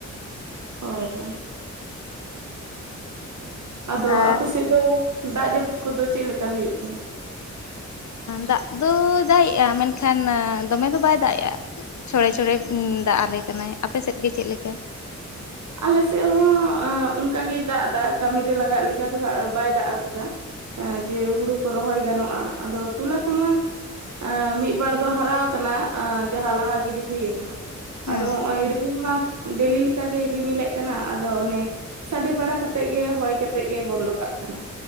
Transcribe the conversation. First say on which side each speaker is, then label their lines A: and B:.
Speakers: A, on the right; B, on the left.
A: ᱦᱳᱭ ᱦᱳᱭ ᱟᱫᱚ
B: ᱟᱨ
A: ᱟᱯᱮᱥᱮᱫ ᱫᱚ ᱫᱟᱜ ᱡᱟᱹᱯᱩᱫ ᱠᱚᱫᱚ ᱪᱮᱫᱞᱮᱠᱟ ᱦᱩᱭᱩᱜ ᱠᱟᱱᱟ?
B: ᱫᱟᱜ ᱫᱚᱭ ᱫᱟᱜ ᱮᱜᱼᱟ ᱢᱮᱱᱠᱷᱟᱱ ᱫᱚᱢᱮ ᱫᱚ ᱵᱟᱭ ᱫᱟᱜ ᱜᱮᱼᱟ ᱪᱷᱚᱲᱮ ᱪᱷᱚᱲᱮ ᱫᱟᱜ ᱟᱞᱮ ᱠᱟᱱᱟᱭ᱾ ᱟᱯᱮᱥᱮᱫ ᱜᱮ ᱪᱮᱫ ᱞᱮᱠᱟ?
A: ᱟᱞᱮᱥᱮᱫ ᱦᱚᱸ ᱚᱱᱠᱟ ᱜᱮᱭ ᱫᱟᱜ ᱮᱫᱟ ᱠᱟᱹᱢᱤᱨᱮ ᱞᱟᱜᱟᱜ ᱞᱮᱠᱟ ᱫᱚᱜ ᱵᱟᱭ ᱫᱟᱜ ᱟᱠᱟᱫᱟ ᱮ ᱡᱮ ᱦᱩᱲᱩ ᱠᱚ ᱨᱚᱦᱚᱭ ᱜᱟᱱᱚᱜᱼᱟ ᱟᱫᱚ ᱛᱚᱞᱟ ᱠᱚᱢᱟ ᱟ ᱢᱤᱫᱤ ᱵᱟᱨ ᱫᱚ ᱦᱟᱨᱟ ᱟᱠᱟᱱᱟ ᱡᱟᱦᱟ ᱞᱟᱦᱟ ᱜᱤᱰᱤ ᱦᱩᱭᱠᱟᱱᱟ
B: ᱦᱮᱸ
A: ᱟᱫᱚ ᱱᱚᱜᱼᱚᱭ ᱨᱤᱢᱤᱞ ᱢᱟ ᱰᱮᱞᱤ ᱞᱮᱠᱟᱜᱮ ᱨᱤᱢᱤᱞᱮᱫ ᱠᱟᱱᱟ ᱟᱫᱚ ᱚᱱᱮ ᱥᱟᱰᱮ ᱵᱟᱲᱟ ᱠᱟᱛᱮᱜ ᱜᱮ ᱦᱚᱭ ᱠᱟᱛᱮᱜ ᱜᱮ ᱵᱚᱱᱫᱚ ᱠᱟᱜ ᱠᱟᱱᱟᱭ᱾